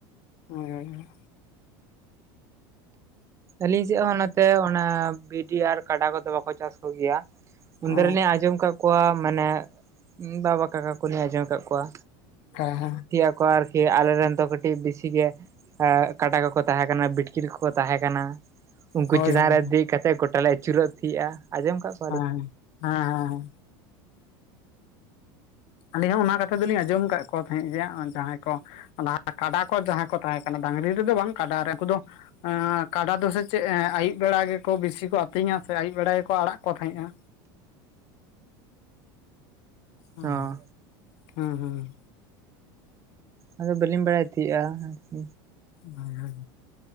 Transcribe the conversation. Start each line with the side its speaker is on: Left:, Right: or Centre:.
Left: ᱦᱳᱭ ᱦᱳᱭ
Right: ᱟᱹᱞᱤᱧ ᱥᱮᱫ ᱦᱚᱸ ᱱᱚᱛᱮ, ᱚᱱᱟ ᱵᱷᱤᱰᱤ ᱟᱨ ᱠᱟᱰᱟ ᱠᱚᱫᱚ ᱵᱟᱠᱚ ᱪᱟᱥ ᱠᱚ ᱜᱮᱭᱟ᱾ ᱩᱱᱛᱮᱨᱮᱞᱤᱧ
Left: ᱚ
Right: ᱟᱸᱡᱚᱢ ᱠᱟᱜ ᱠᱚᱣᱟ ᱢᱟᱱᱮ ᱵᱟᱵᱟ ᱠᱟᱠᱟ ᱠᱚᱞᱤᱧ ᱟᱸᱡᱚᱢ ᱟᱠᱟᱫ ᱠᱚᱣᱟ
Left: ᱦᱮᱸ ᱦᱮᱸ
Right: <unintelligible> ᱠᱚᱣᱟ ᱟᱨᱠᱤ ᱟᱞᱮᱨᱮᱱ ᱫᱚ ᱠᱟᱹᱴᱤᱡ ᱵᱤᱥᱤ ᱜᱮ ᱠᱟᱰᱟ ᱠᱚᱠᱚ ᱛᱟᱦᱮᱸ ᱠᱟᱱᱟ, ᱵᱤᱴᱠᱤᱞ ᱠᱚᱠᱚ ᱛᱟᱦᱮᱸ ᱠᱟᱱᱟ, ᱩᱱᱠᱩ
Left: ᱦᱳᱭ
Right: ᱪᱮᱛᱟᱱ
Left: ᱦᱳᱭ
Right: ᱨᱮ
Left: ᱦᱮᱸ
Right: ᱫᱤᱡ ᱠᱟᱛᱮ ᱜᱚᱴᱟ ᱞᱮ ᱟᱹᱪᱩᱨᱚᱜ ᱛᱤᱜᱼᱟ᱾ ᱟᱸᱡᱚᱢ ᱠᱟᱜ ᱯᱮ
Left: ᱦᱮᱸ ᱦᱮᱸ ᱦᱮᱸ ᱦᱮᱸ ᱟᱹᱞᱤᱧ ᱦᱚᱸ ᱚᱱᱟ ᱠᱟᱛᱷᱟ ᱫᱚᱞᱤᱧ ᱟᱸᱡᱚᱢ ᱠᱟᱜ ᱠᱚ ᱛᱟᱦᱮᱸᱫ ᱜᱮᱭᱟ᱾ ᱡᱟᱦᱟᱸᱭ ᱠᱚ ᱚᱱᱟ ᱠᱟᱰᱟ ᱠᱚ ᱡᱟᱦᱟᱸᱭ ᱠᱚ ᱛᱟᱦᱮᱸ ᱠᱟᱱᱟ᱾ ᱰᱟᱝᱨᱤ ᱨᱮᱫᱚ ᱵᱟᱝ ᱠᱟᱰᱟ ᱨᱮ ᱩᱱᱠᱩ ᱫᱚ ᱮᱸ ᱠᱟᱰᱟ ᱫᱚ ᱥᱮ ᱪᱮᱫ ᱮᱸ ᱟᱭᱩᱵ ᱵᱮᱲᱟ ᱜᱮᱠᱚ ᱵᱤᱥᱤ ᱠᱚ ᱟᱹᱛᱤᱧᱟ ᱥᱮ ᱟᱹᱭᱩᱵ ᱵᱮᱲᱟ ᱜᱮᱠᱚ ᱟᱲᱟᱜ ᱠᱚ ᱛᱟᱦᱮᱸᱜᱼᱟ᱾ ᱦᱩᱸ
Right: ᱦᱚᱸ
Left: ᱦᱩᱸ
Right: ᱟᱫᱚ ᱵᱟᱹᱞᱤᱧ ᱵᱟᱲᱟᱭ ᱛᱟᱦᱮᱸᱜᱼᱟ ᱟᱨᱠᱤ᱾
Left: ᱦᱳᱭ ᱦᱳᱭ